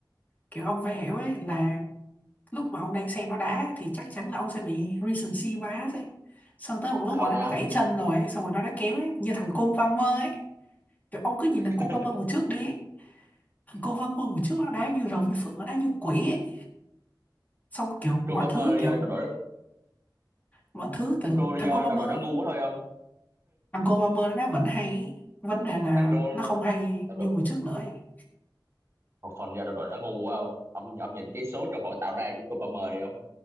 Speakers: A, on the left (about 20°); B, on the right (about 30°).
A: kiểu ông phải hiểu ấy là lúc mà ông đang xem nó đá thì chắc chắn là ông sẽ bị recency bias ấy xong tới một
B: không
A: lúc mà nó
B: không
A: nó gãy chân rồi ấy, xong rồi nó đã kém ấy như thằng Cole Palmer ấy kiểu ông cứ nhìn
B: <laughs>
A: thằng Cole Palmer mùa trước đi ấy. thằng Cole Palmer mùa trước nó đá như rồng như phượng nó đá như quỷ ấy xong kiểu
B: thằng Trô
A: mọi
B: Palmer
A: thứ kiểu
B: giờ đồng đội
A: mọi thứ kiểu
B: thằng Trô giờ
A: thằng Cole
B: đồng
A: Palmer
B: đội nó ngu quá thôi không
A: thằng Cole Palmer nó đá vẫn hay ấy. vấn đề là
B: thằng Trô
A: nó không hay
B: đồng
A: như
B: đội
A: mùa trước nữa ấy.
B: một phần giờ đồng đội nó ngu quá không ông ông nhìn cái số cơ hội tạo ra của Trô Palmer đi không